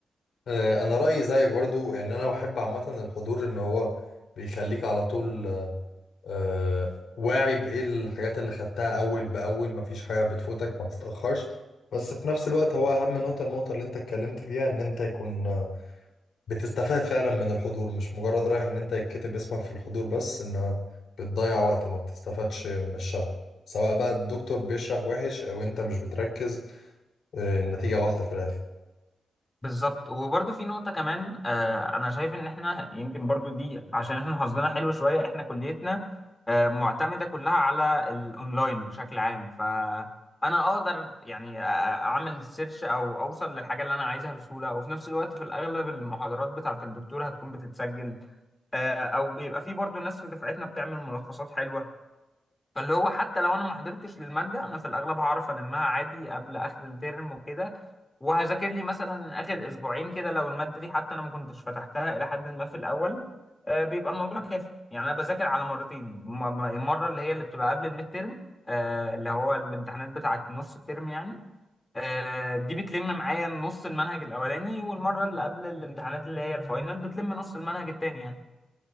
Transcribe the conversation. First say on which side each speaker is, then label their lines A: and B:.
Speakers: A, on the left; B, on the left.
A: آه انا رايي زيك برضو يعني انا بحب عامه الحضور ان هو بيخليك على طول آه، واعي بايه الحاجات اللي خدتها اول باول مفيش حاجه بتفوتك ما بتتاخرش بس في نفس الوقت هو اهم نقطه النقطه اللي انت اتكلمت فيها ان انت يكون آه، بتستفاد فعلا من الحضور مش مجرد رايح ان انت يتكتب اسمك في الحضور بس ان بتضيع وقت ما بتستفادش من الشرح سواء بقى الدكتور بيشرح وحش او انت مش بتركز آه، النتيجه واحده في الاخر
B: بالظبط وبرضه في نقطة كمان آه أنا شايف إن إحنا يمكن برضه دي عشان إحنا حظنا حلو شوية إحنا كليتنا آه معتمدة كلها على الأونلاين بشكل عام فأنا أقدر يعني آه، أعمل سيرش أو أوصل للحاجة اللي أنا عايزها بسهولة وفي نفس الوقت في الأغلب المحاضرات بتاعة الدكتور هتكون بتتسجل آه أو بيبقى في برضه ناس في دفعتنا بتعمل ملخصات حلوة فاللي هو حتى لو انا ما حضرتش للماده انا في الاغلب هعرف المها عادي قبل اخر الترم وكده وهذاكر لي مثلا اخر اسبوعين كده لو الماده دي حتى انا ما كنتش فتحتها الى حد ما في الاول آه، بيبقى الموضوع كافي يعني انا بذاكر على مرتين م- م- مره اللي هي اللي بتبقى قبل الميد ترم آه، اللي هو الامتحانات بتاعه نص الترم يعني آه، دي بتلم معايا نص المنهج الاولاني والمره اللي قبل الامتحانات اللي هي الفاينل بتلم نص المنهج التاني يعني